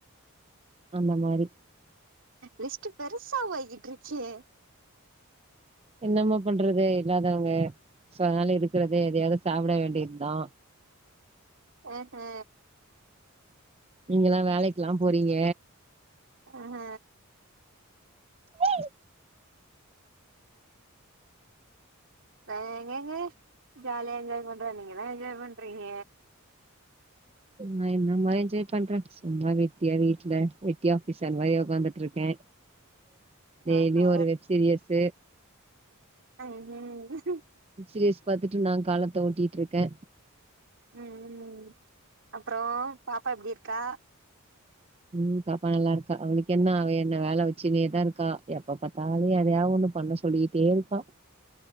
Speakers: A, on the right (about 30°); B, on the right (about 60°).
A: அந்த மாரி
B: லிஸ்ட்டு பெருசா போய்கிட்ருக்கே
A: என்னமா பண்றது இல்லாதவங்க சோ அதனால இருக்கறத எதையாவ்து சாப்ட வேண்டிய தா
B: அ ஆ
A: நீங்களா வேலைக்லா போறீங்க
B: ஆ ஹ
A: ம்
B: வே ஏங்கேங்கே ஜாலியா என்ஜாய் பண்ற நீங்கதா என்ஜாய் பண்றீங்க
A: நா என்னமா என்ஜாய் பண்றே சும்மா வெட்டியா வீட்ல வெட்டியா ஆபீஸர் மாரி உக்காந்துட்டு இருக்கே டெய்லி
B: ஆஹா
A: ஒரு வெப் சீரியஸ்
B: உஹம் உம்
A: வெப் சீரியஸ் பாத்துட்டு நா காலத்த ஓட்டிட்டு இருக்கே
B: ம் அப்றோ பாப்பா எப்டி இருக்கா
A: ம் பாப்பா நல்லா இருக்கா அவளுக்கென்ன அவ என்ன வேல வச்சுன்னேதா இருக்கா எப்ப பாத்தாலு எதையாவ் ஒண்ணு பண்ண சொல்லிக்கி டெருப்பா